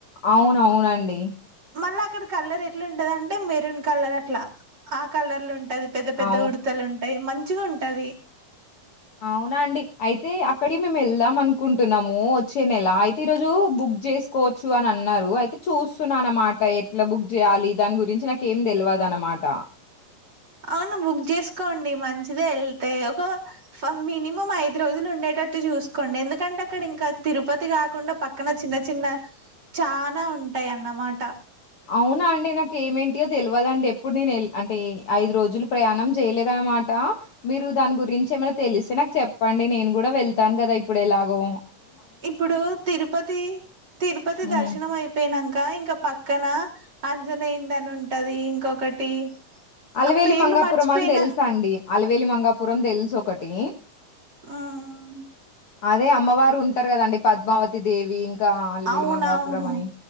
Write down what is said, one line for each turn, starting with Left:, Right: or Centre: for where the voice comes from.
Left: అవును అవునండి
Right: మళ్ల అక్కడ కలర్ ఎట్లుటదంటే మెరూన్ కలర్ అట్లా ఆ కలర్లు ఉంట పెద్ద పెద్ద
Left: అవును
Right: ఉడుతలుంటయ్ మంచిగుంటది
Left: ఔనఅండి అయితే అక్కడి మేమ్ ఏళ్దాం అనుకుంటున్నము వచ్చే నెల అయితే ఈరోజు బు క్ చేసుకోచ్చు అని అన్నరు అయితే చూస్తున అన్నమాట ఎట్ల బుక్ జెయాలి దాని గురించి నాకేం తెలివ దన్నమాట
Right: అవును బుక్ జెసుకోండి మంచిదె ఏళ్తే ఒక ఫ మినిమం ఐదు రోజులు ఉండేట టట్టు చూసుకోండి. ఎందుకంటే అక్కడ ఇంక తిరుపతి కాకుండ పక్కన చిన్న చిన్న చాన ఉంటాయ్ అన్నమాట.
Left: అవునా అండి నాక్ ఏమేంటియో తెల్వద్అండి. ఎప్పుడ్ నేను అంటే ఐదు రోజులు ప్రయాణం చేయలేద మాట మీరు దాని గురించి ఏమైన తెలిస్తే నాక్ చెప్పండి. నేను గుడ వెళ్తాన్ గద ఇప్పుడు ఎలాగో
Right: ఇప్పుడు తిరుపతి తిరుపతి
Left: హ్మ్.
Right: దర్శనం అయ్పోయిన క ఇంకా పక్కన అంజనేయిందని ఉంటది. ఇంకొకటి
Left: అలివెలి
Right: ఆ పేర్లు
Left: మంగాపురం
Right: మర్చిపోయినా
Left: అని తెల్స్ అండి. అలివెలి మంగాపురం తెల్స్ ఒకటి.
Right: ఆమ్
Left: అదే అమ్మవారు ఉంటరు కదండి పద్మావతి దేవి గ ఆలువెలు
Right: అవునవును
Left: మంగాపురం అని